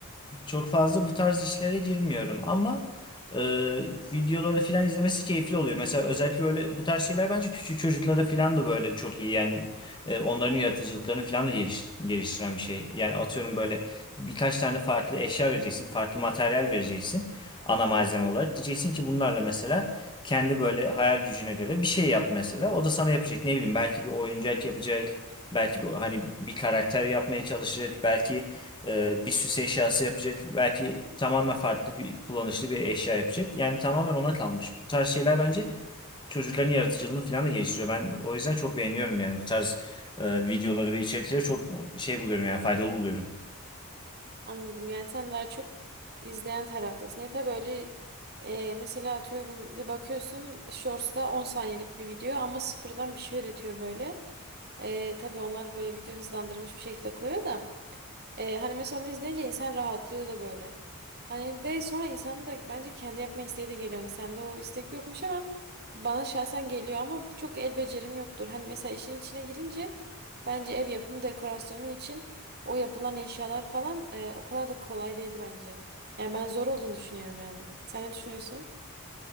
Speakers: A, on the left (about 20°); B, on the right (about 50°).
A: çok fazla bu tarz işlere girmiyorum ama e, videoları falan izlemesi keyifli oluyor. Mesela özellikle böyle bu tarz şeyler bence küçük çocuklara falan da böyle çok iyi. Yani e, onların yaratıcılıklarını falan da geliş- geliştiren bir şey. Yani atıyorum böyle birkaç tane farklı eşya vereceksin, farklı materyal vereceksin ana malzeme olarak. Diyeceksin ki bunlarla mesela kendi böyle hayal gücüne göre bir şey yap mesela. O da sana yapacak ne bileyim belki bir oyuncak yapacak. Belki bir, hani bir karakter yapmaya çalışacak. Belki e, bir süs eşyası yapacak. Belki tamamen farklı bir kullanışlı bir eşya yapacak. Yani tamamen ona kalmış. Bu tarz şeyler bence çocukların yaratıcılığını falan da geliştiriyor. Ben o yüzden çok beğeniyorum yani bu tarz e, videoları ve içerikleri çok şey buluyorum yani faydalı buluyorum.
B: Anladım. Yani sen daha çok izleyen taraftasın. Ya tabii öyle e, mesela atıyorum bir bakıyorsun Shorts'ta 10 saniyelik bir video ama sıfırdan bir şey üretiyor böyle. E, tabii onlar böyle video hızlandırılmış bir şekilde koyuyor da. Ee, hani mesela onu izleyince insan rahatlıyor da böyle. Hani ve sonra insanın da bence kendi yapma isteği de geliyor. Hani sende o istek yokmuş ama bana şahsen geliyor ama çok el becerim yoktur. Hani mesela işin içine girince bence ev yapımı dekorasyonu için o yapılan eşyalar falan e, o kadar da kolay değil bence. Yani ben zor olduğunu düşünüyorum yani. Sen ne düşünüyorsun?